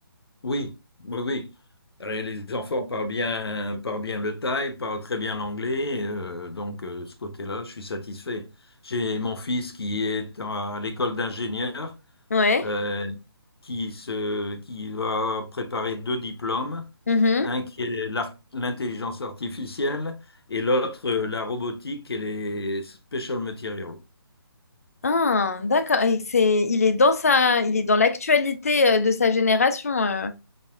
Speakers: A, on the left (about 80°); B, on the left (about 40°).
A: Oui, oui, oui. Et les enfants parlent bien, parlent bien le thaï, parlent très bien l'anglais, euh, donc euh, ce côté-là, je suis satisfait. J'ai mon fils qui est à l'école d'ingénieur,
B: Ouais.
A: euh, qui se, qui va préparer deux diplômes,
B: Mhm.
A: un qui est l'ar- l'intelligence artificielle et l'autre euh, la robotique et les special materials.
B: Ah, d'accord. Et c'est, il est dans sa, il est dans l'actualité euh, de sa génération. euh.